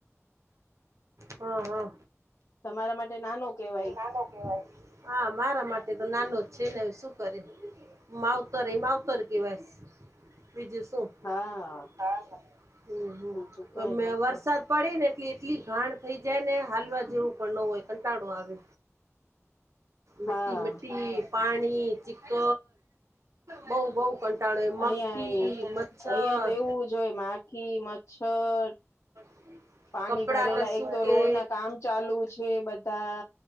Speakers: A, on the right; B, on the left.
A: હા હા
B: તમારા માટે નાનો કહેવાય.
A: નાનો કેવાય હા મારા માટે તો નાનો જ છે ને હવે શું કરે માવ હકુ માવતર એ માવતર કેવાય. બીજું શું.
B: હા
A: હા હા
B: બીજું
A: તો
B: કઈ
A: મે
B: ના થાય
A: વરસાદ પડી ને એટલી એટલી ઘાણ થઈ જાય ને હાલવા જેવું પણ ન હોય કંટાળો આવે મિટ્ટી
B: હા
A: મિટ્ટી પાણી ચીકર બહું બહુ કંટાળો મક્ખી,
B: અહિયાં એવું
A: મચ્છર
B: અહિયાં તો એવું જ હોય માખી મચ્છર
A: <unintelligible>
B: પાણી
A: કપડા
B: ભરેલા
A: ન સુકે
B: એક તો રોડ ના કામ ચાલુ છે બધા.